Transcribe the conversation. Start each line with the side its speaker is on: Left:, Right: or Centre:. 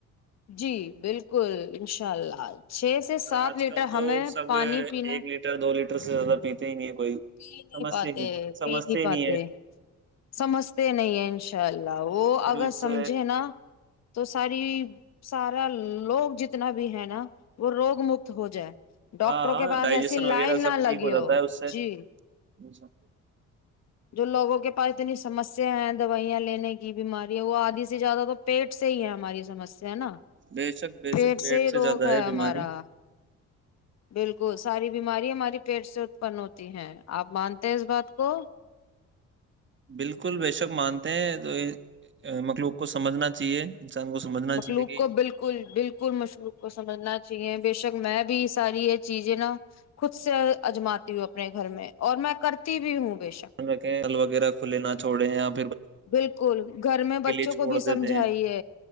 Left: جی بالکل انشاء اللہ چھ سے
Right: اور
Left: سات
Right: آج
Left: لیٹر
Right: کل تو
Left: ہمیں
Right: سب
Left: پانی پینا
Right: ایک لیٹر دو لیٹر سے زیادہ پیتے نہیں کوئی
Left: پی نہیں
Right: سمجھتے
Left: پاتے
Right: ہی سمجھتے
Left: پی نہیں
Right: ہی
Left: پاتے
Right: ہے
Left: سمجھتے نہیں ہیں ان شاء اللہ ل وہ
Right: پھر
Left: اگر
Right: اس
Left: سمجھے
Right: سے
Left: نا تو ساری سارا لوگ جتنا بھی ہے نا وہ روگ مکت ہو جائے ڈاکٹر
Right: ہاں ہاں
Left: کے پاس
Right: ڈائجیشن
Left: ایسی لائن
Right: وغیرہ
Left: نہ
Right: سب ٹھیک
Left: لگی
Right: جاتا
Left: ہو
Right: ہے اس سے
Left: جی
Right: <unintelligible>
Left: جو لوگوں کے پاس اتنی سمسیا ہیں دوائیاں لینے کی بیمارییاں وہ آدھی سے زیادہ تو پیٹ سے ہی ہے ہماری سمسیا ہے نا
Right: بے شک بے
Left: پیٹ
Right: شک
Left: سے ہی روگ
Right: زیادہ
Left: ہے ہمارا
Right: بیماری
Left: بالکل ساری بیماری ہماراری پیٹ سے اتپن ہوتی ہیں آپ مانتے ہیں اس بات کو
Right: بالکل بے شک مانتے ہیں تو مطلوب کو سمجھنا چاہیے انسان کو سمجھنا
Left: مخلوق
Right: چاہیے کہ
Left: کو بالکل بالکل مشلوق کو سمجھنا چاہیے بےشک میں بھی یہ ساری یہ چیزیں نا خود سے اجماتی ہوں اپنے گھر میں اور میں کرتی بھی ہوں بے شک
Right: دھیان رکھے ہل وغیرہ کھلے نہا چھڑے ہیں آپ
Left: بالکل گھر میں بچوں
Right: چھوڑ
Left: کو بھی
Right: دیتے
Left: سمجھائیے
Right: ہیں